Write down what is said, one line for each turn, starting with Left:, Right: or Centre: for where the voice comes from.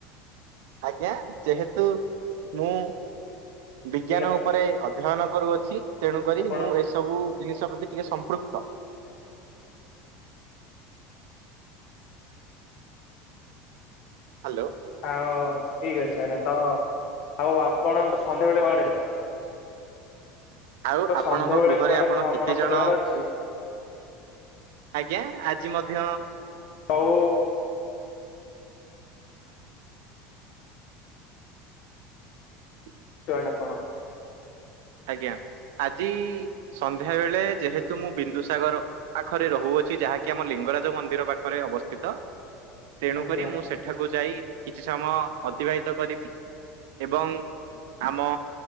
Right: ଆଜ୍ଞା? ଯେହେତୁ ମୁଁ
Left: ମୁଁ
Right: ବିଜ୍ଞାନ
Left: କହିଲି
Right: ଉପରେ ଅଧ୍ୟୟନ କରୁଅଛି, ତେଣୁକରି
Left: ଆପଣ
Right: ମୁଁ ଏସବୁ ଜିନିଷ ପ୍ରତି ଟିକେ ସମ୍ପୃକ୍ତ। ହ୍ୟାଲୋ।
Left: ହଉ ଠିକ ଅଛି ଆଜ୍ଞା। ତ ଆଉ ଆପଣ ତ ସନ୍ଧ୍ୟାବେଳେ କୁଆଡେ
Right: ଆଉ ଆପଣଙ୍କ
Left: ସନ୍ଧ୍ୟାବେଳେ
Right: ଗୃହରେ
Left: କୁଆଡ଼େ
Right: ଆପଣ
Left: ଭ୍ରମଣ
Right: କେତେଜଣ
Left: କରିବାର ଅଛି
Right: ଆଜ୍ଞା, ଆଜି ମଧ୍ୟ
Left: ଆଉ
Right: ହଁ
Left: ରୁହନ୍ତି ଆପଣ?
Right: ଆଜ୍ଞା। ଆଜି ସନ୍ଧ୍ୟାବେଳେ ଯେହେତୁ ମୁଁ ବିନ୍ଦୁସାଗର ପାଖରେ ରହୁଅଛି, ଯାହାକି ଆମ ଲିଙ୍ଗରାଜ ମନ୍ଦିର ପାଖରେ ଅବସ୍ଥିତ। ତେଣୁ
Left: ଆଜ୍ଞା
Right: କରି
Left: ଆଜ୍ଞା
Right: ମୁଁ ସେଠାକୁ ଯାଇ କିଛି ସମୟ ଅତିବାହିତ କରିବି। ଏବଂ ଆମ